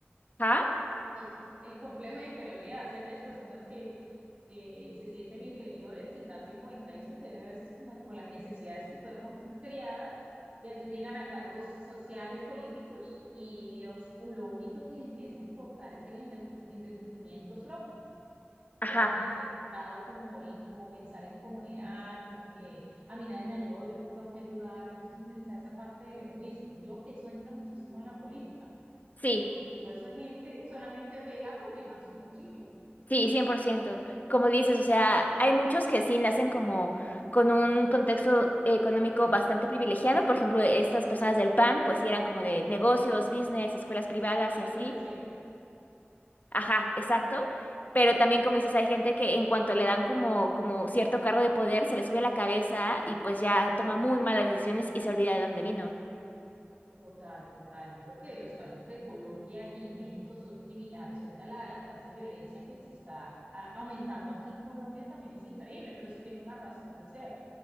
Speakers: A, on the left (about 40°); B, on the right (about 40°).
A: Ajá.
B: los- en complejo de inferioridad, hacia aquellas personas que, que se sienten inferiores sin darse cuenta, y esto se ve a veces como con las necesidades que fueron creadas y a veces llegan a cargos sociales, políticos, y los, lo único que les empieza a importar es el enrique- enriquecimiento propio.
A: Ajá,
B: Dejan de hacer un lado como, y como pensar en comunidad, como que a mí nadie me ayudó, yo porque tengo que ayudar. Entonces está esa parte del egoísmo, y creo que eso entra muchísimo en la política
A: sí.
B: porque toda esa gente solamente vela por llenar su bolsillo,
A: Sí, 100%. Como dices, o sea, hay muchos que sí nacen como con un contexto económico bastante privilegiado. Por ejemplo, estas personas del PAN, pues sí eran como de negocios, business, escuelas privadas
B: los
A: y
B: ricos
A: así.
B: de siempre.
A: Ajá, exacto. Pero también, como dices, hay gente que en cuanto le dan como, como cierto cargo de poder, se le sube a la cabeza y pues ya toma muy malas decisiones y se olvida de dónde vino.
B: Total, total. Yo Creo que los casos de Colombia y México son similares. Ahorita la, la tasa de violencia que se está a- aumentando aquí en Colombia también es increíble, pero eso tiene una razón de ser.